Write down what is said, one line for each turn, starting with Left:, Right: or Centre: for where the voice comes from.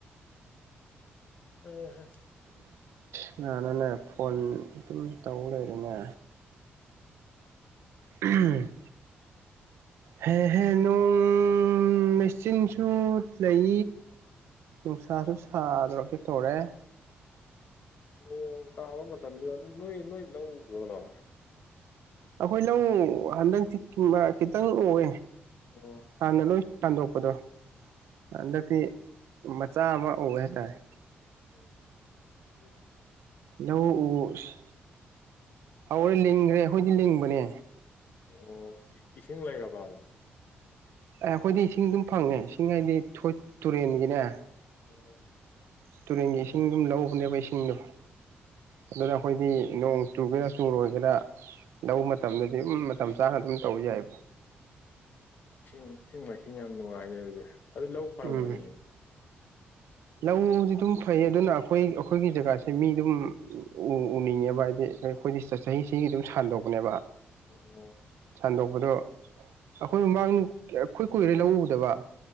Left: ꯑꯍꯥ
Right: ꯀꯅꯥꯅꯣꯅꯦ ꯐꯣꯟ ꯑꯗꯨꯝ ꯇꯧꯕ ꯂꯩꯔꯦꯅꯦ ꯎꯝ ꯍꯦꯍꯦꯅꯣꯡ ꯎ ꯃꯦꯆꯤꯟꯁꯨ ꯂꯩ ꯅꯨꯡꯁꯥꯁꯨ ꯁꯥꯗꯣꯔꯒꯦ ꯇꯧꯔꯦ
Left: ꯑꯣ ꯇꯥꯕ ꯃꯇꯝꯝꯗꯤ ꯑꯗꯨꯅꯣ ꯏꯅꯣ ꯏꯂ ꯎꯎꯗ꯭ꯔꯣꯅꯣ
Right: ꯑꯩꯈꯣꯏ ꯂꯧ ꯍꯟꯗꯛꯇꯤ ꯈꯤꯃ ꯈꯤꯇꯥꯡ ꯎꯋꯣ
Left: ꯑꯣ
Right: ꯍꯥꯟꯅ ꯂꯣꯏ ꯍꯟꯗꯣꯛꯄꯗꯣ ꯍꯟꯗꯛꯇꯤ ꯃꯆꯥ ꯑꯃ ꯑꯣꯏ ꯍꯥꯏꯇꯥꯔꯦ
Left: ꯑꯣ ꯑꯗꯨ
Right: ꯂꯧ ꯎꯁ ꯍꯧꯔꯦ ꯂꯤꯡꯈ꯭ꯔꯦ ꯑꯩꯈꯣꯏꯗꯤ ꯂꯤꯡꯕꯅꯦ
Left: ꯑꯣ ꯏꯁꯤꯡ ꯂꯩꯔꯕꯕ
Right: ꯑꯦ ꯑꯩꯈꯣꯏꯗꯤ ꯏꯁꯤꯡ ꯑꯗꯨꯝ ꯐꯪꯉꯦ ꯏꯁꯤꯡ ꯍꯥꯏꯗꯤ ꯇꯨꯔꯦꯟꯒꯤꯅꯦ
Left: ꯑꯣ
Right: ꯇꯨꯔꯦꯟꯒꯤ ꯏꯁꯤꯡ ꯑꯗꯨꯝ ꯂꯧꯕꯅꯦꯕ ꯏꯁꯤꯡꯗꯣ ꯑꯗꯨꯗ ꯑꯩꯈꯣꯏꯗꯤ ꯅꯣꯡ ꯆꯨꯒꯦꯔꯥ ꯆꯨꯔꯣꯏꯒꯦꯔꯥ ꯂꯧ ꯃꯇꯝꯗꯗꯤ ꯑꯗꯨꯝ ꯃꯇꯝ ꯆꯥꯅ ꯑꯗꯨꯝ ꯇꯧ ꯌꯥꯏꯕ
Left: ꯏꯁꯤꯡ ꯏꯁꯤꯡ ꯃꯥꯏꯁꯤꯡ ꯌꯥꯝ ꯅꯨꯡꯉꯥꯏꯅꯦ ꯑꯗꯨꯗꯤ ꯑꯗꯨ ꯂꯧ ꯐꯔꯝꯒꯅꯤꯍꯦ
Right: ꯎꯝ ꯂꯧꯗꯤ ꯑꯗꯨꯝ ꯐꯩ ꯑꯗꯨꯅ ꯑꯩꯈꯣꯏ ꯑꯩꯈꯣꯏꯒꯤ ꯖꯒꯥꯁꯦ ꯃꯤ ꯑꯗꯨꯝ ꯎꯅꯤꯡꯉꯦꯕ ꯍꯥꯏꯗꯤ ꯑꯩꯈꯣꯏꯗꯤ ꯆꯍꯤ ꯆꯍꯤꯒꯤ ꯑꯗꯨꯝ ꯁꯥꯟꯗꯣꯛꯄꯅꯦꯕ
Left: ꯑꯣ
Right: ꯁꯟꯗꯣꯛꯄꯗꯣ ꯑꯩꯈꯣꯏ ꯃꯃꯥꯡ ꯑꯩꯈꯣꯏ ꯀꯨꯏꯔꯦ ꯂꯧ ꯎꯗꯕ